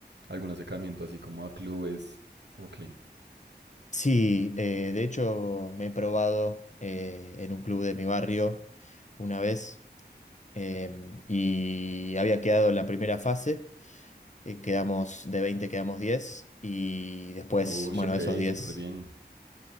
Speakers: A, on the right; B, on the left.
A: algún acercamiento así como a clubes? Ok,
B: Sí, eh, de hecho me he probado eh, en un club de mi barrio una vez em, y había quedado en la primera fase, eh, quedamos de 20, quedamos 10 y después,
A: uy,
B: bueno,
A: ok,
B: esos diez,
A: súper bien,